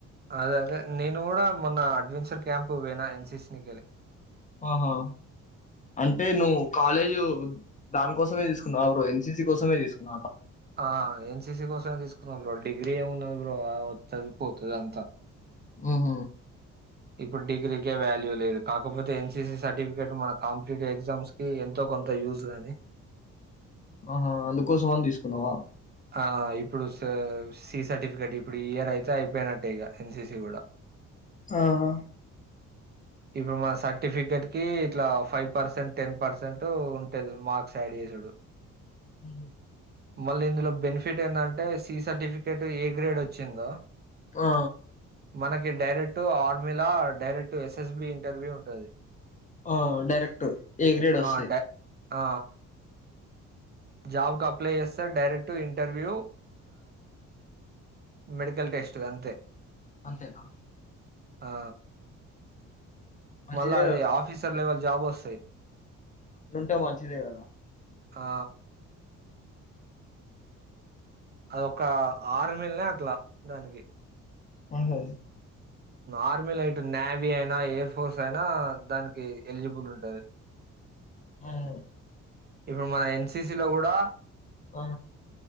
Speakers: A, on the right; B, on the left.
A: అదే అదే నేను కూడా మొన్న అడ్వెంచర్ క్యాంప్ వనా ఎన్సిసి నికెళ్ళి
B: ఆహా అంటే నువ్వు కాలేజు దాని కోసమే తీసుకున్నా ఎన్సీసి కోసమే తీసుకున
A: ఆ ఎన్సిసి కోసమే తీసుకున్నాం రో డిగీ ఇ ఏమ్ర వ చదుపోతుద అంత
B: ఆహ
A: ఇప్పుడు డిగ్రీకే వాల్యూ లేదు కాకపోతే ఎన్సిసి సర్టిఫికేట్ మన కాంపిటేటివ్ ఎగ్జామ్స్ కి ఎంతో కొంత యూజ్ కాగాని
B: ఆహా అందుకోసం అని తీసుకున్నావా
A: ఆ ఇప్పుడు సి సర్టిఫికేట్ ఇప్పుడు ఈ ఇయర్ అయితే అయిపోయినట్టే ఇక ఎన్సిసి కూడా
B: ఆహా
A: ఇప్పుడు మన సర్టిఫికెట్ కి ఇట్లా ఫైవ్ పర్సెంట్ టెన్ పర్సెంట్ ఉంటేది మార్క్స్ యాడ్ చడు
B: హ
A: మళ్ళీ ఇందులో బెనిఫిట్ ఏంటంటే సి సర్టిఫికేట్ ఏ గ్రేడ్ వచ్చిందో
B: ఆ
A: మనకి డైరెక్ట్ ఆర్మిలా డైరెక్ట్ ఎస్ఎస్బి ఇంటర్వ్యూ ఉంటది
B: ఆ డైరెక్ట్ ఏ గ్రేడ్ వస్తాయి
A: ఆ డై ఆ జాబ్ క అప్లై చేస్తారు డైరెక్ట్ ఇంటర్వ్యూ మెడికల్ టెస్ట్ అంతే
B: అంతేనా
A: ఆ
B: మంచిదే
A: మళ్ళా అది
B: అట్లా.
A: ఆఫీసర్ లెవెల్ జాబ్ వస్తాయి
B: అక్కలుంటే మంచిదే కదా
A: ఆ అదొ ఒక ఆరుమలనే అట్లా దానికి
B: ఆహ
A: ఆర్మీ లైట్ నేవీ అయినా ఎయిర్ ఫోర్స్ అయినా దానికి ఎలిజిబుల్ ఉంటుది
B: ఆవు
A: ఇప్పుడు మన ఎన్సిసి లో కూడా
B: ఆ